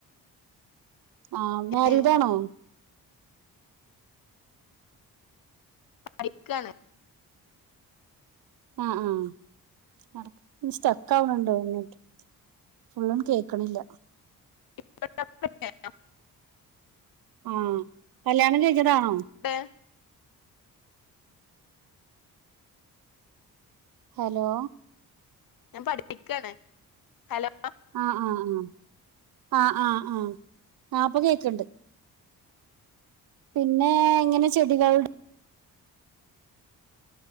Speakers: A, on the right; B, on the left.
A: ആഹ് മാരീഡ്
B: ഏഹ്
A: ആണോ
B: പഠിക്കാണ്
A: ആ ഹ്ആഹ് ഇടക്ക് സ്ട്രക്ക് ആവണുണ്ടോ <unintelligible> ഫുള്ളും കേൾക്കണില്ല
B: <inaudible>
A: ആഹ് കല്യാണം കഴിഞ്ഞതാണോ
B: ടെ
A: ഹലോ
B: ഞാൻ പഠിപ്പിക്കാണ് ഹലോ
A: ആഹ് ആഹ് ആഹ് ആഹ് ആഹ് ആഹ് ആ ഇപ്പൊ കേക്കണ്ട് പിന്നെ ഇങ്ങനെ ചെടികൾ